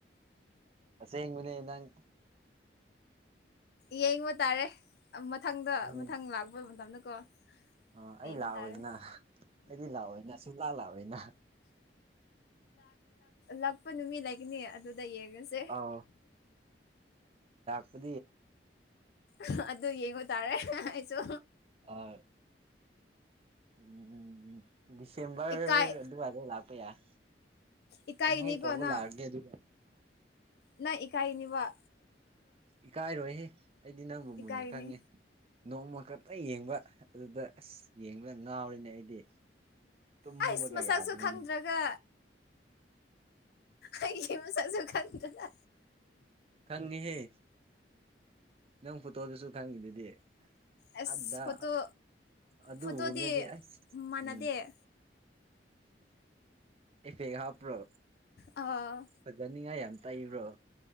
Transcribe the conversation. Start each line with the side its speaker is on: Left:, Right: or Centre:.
Right: ꯁꯦꯡꯕꯅꯦ ꯅꯪ
Left: ꯌꯦꯡꯕ ꯇꯥꯔꯦ ꯃꯊꯪꯗ
Right: ꯎꯝ
Left: ꯃꯊꯪ ꯂꯥꯛꯄ ꯃꯇꯝꯗꯀꯣ
Right: ꯑ ꯑꯩ
Left: ꯌꯦꯡꯕ
Right: ꯂꯥꯛꯑꯣꯏꯅ
Left: ꯇꯥꯔꯦ
Right: ꯑꯩꯗꯤ ꯂꯥꯛꯑꯣꯏꯅ ꯁꯨꯂꯥ ꯂꯥꯛꯑꯣꯅ
Left: ꯂꯥꯛꯄ ꯅꯨꯃꯤꯠ ꯂꯩꯒꯅꯤ ꯑꯗꯨ ꯗꯏꯌꯦꯒꯁꯦ
Right: ꯑꯧ ꯑꯗꯨ
Left: ꯑꯗꯨ ꯑꯗꯨ ꯌꯦꯡꯉ ꯇꯥꯔꯦ ꯑꯩꯁꯨ
Right: ꯑ <unintelligible> <inaudible> ꯎꯝ ꯗꯤꯁꯦꯝꯕꯔ
Left: ꯏꯀꯥꯏ
Right: ꯑꯗꯨꯋꯥꯏꯗ ꯂꯥꯛꯄ ꯌꯥꯏ
Left: ꯏꯀꯥꯏꯒꯅꯤꯀꯣ
Right: ꯀꯃꯥꯏ ꯇꯕꯨ
Left: ꯅꯪ
Right: ꯂꯒꯦ ꯑꯗꯨ
Left: ꯅꯪ ꯏꯀꯥꯏꯅꯤꯕ
Right: ꯏꯀꯥꯏꯔꯣꯏꯍꯦ ꯑꯩꯗꯤ ꯅꯪꯕꯨ
Left: ꯏꯀꯥꯏꯒꯅꯤ
Right: ꯃꯨꯟꯅ ꯈꯪꯉꯦ ꯅꯣꯡꯃ ꯈꯛꯇ ꯌꯦꯡꯕ ꯑꯗꯨꯗ ꯑꯁ ꯌꯦꯡꯕꯗ ꯉꯥꯎꯔꯤꯅꯦ ꯑꯩꯗꯤ ꯇꯨꯃꯒ
Left: ꯑꯩꯁ ꯃꯁꯛꯁꯨ
Right: ꯌꯥꯗ꯭ꯔꯦꯅꯦ
Left: ꯈꯪꯗ꯭ꯔꯒ ꯑꯩ ꯃ ꯆꯁꯨ ꯈꯥꯟꯗꯗ
Right: ꯈꯪꯉꯦꯍꯦ ꯅꯪ ꯐꯣꯇꯣꯗꯨꯁꯨ ꯈꯪꯉꯤꯗꯨꯗꯤ
Left: ꯑꯁ
Right: ꯑꯗ
Left: ꯐꯣꯇꯣ
Right: ꯑꯗꯨꯕꯗꯗꯤ
Left: ꯐꯣꯇꯣꯗꯤ
Right: ꯑꯁ
Left: ꯃꯥꯟꯅꯗꯦ
Right: ꯎꯝ ꯐꯦ ꯍꯥꯞ ꯭ꯔꯣ
Left: ꯑꯥ
Right: ꯐꯖꯅꯤꯡꯉꯥꯏ ꯌꯥꯝ ꯇꯩꯕ꯭ꯔꯣ